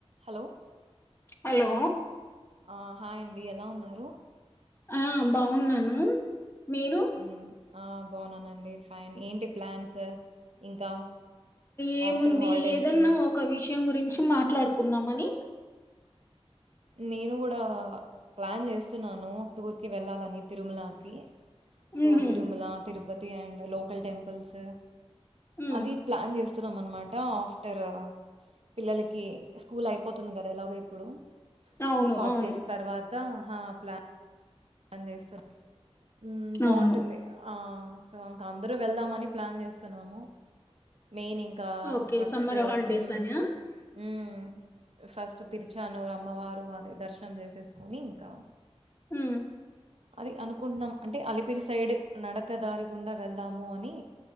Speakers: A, on the right; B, on the left.
A: Hello
B: hello
A: ఆ, hi అండి ఎలా ఉన్నారు
B: ఆ బాగున్నాను మీరు
A: ఉమ్ అ బాగునండి ఫైన్ ఏంటి ప్లాన్స్ ఇంకా
B: ఏముంది
A: ఆఫ్టర్ హాలిడేస్
B: ఏదన్నా ఒక విషయం గురించి మాట్లాడు కుందామని
A: నేను కూడా ప్లాన్ చేస్తున్నాను టూర్కి వెళ్ళాలని తిరుమలకి సో
B: ఉహు
A: తరుమల తిరు Tirupati and local temples
B: um
A: అది ప్లాన్ చేస్ స్తున్నాం అనమాట ఆఫ్టర్ పిల్లలకి స్కూల్ అయిపోతుంది కదా ఎలాగో ఇప్పుడు
B: అవును
A: హాఫ్
B: అవును
A: డేస్ తర్వాత ఆహా ప్లాన్ పని చేస్తు హ్మ్ బాగుంటుంది
B: అవును
A: సో ఇంకా అందరూ వెళ్దామని ప్లాన్ చేస్తున్నాము మెయిన్ ఇంకా
B: okay
A: first
B: summer holidays
A: um
B: అనా
A: హ్మ్మ్ ఫస్ట్ తిరిచా అన్నరు అమ్మవారు అదే దర్శనం చేసేసుకొని ఇంకా
B: హ్మ్మ్
A: అది అనుకుంటున్నాం అంటే అలిపిరి సైడ్ నడక దారి గుండా వెళ్దాము అని